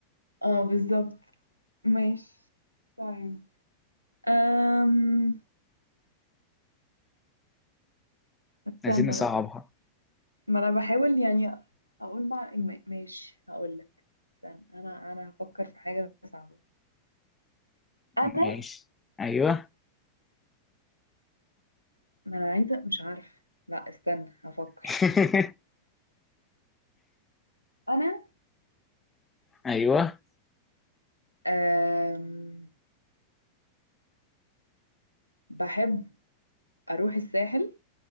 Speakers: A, on the right; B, on the left.
A: اه بالظبط ماشي طيب أم... استنى
B: عايزين نصعبها
A: بقى ما انا بحاول يعني اقول مع ما- ماشي هقول لك استنى انا انا هفكر في حاجه صعبه انا
B: ماشي أيوه
A: ما انا عايزه مش عارفه لا استنى هفكر
B: <laughs>
A: انا
B: أيوه
A: أم... بحب اروح الساحل